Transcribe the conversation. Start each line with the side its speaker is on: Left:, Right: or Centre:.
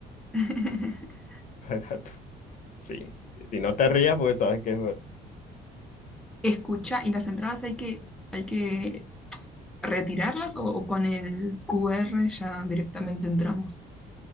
Centre: <laughs>
Left: <laughs> Paga tú. Sí. sí, Si no te rías, porque sabes que es verdad.
Centre: Escucha, ¿y las entradas hay que, hay que retirarlas o, o con el QR ya directamente entramos?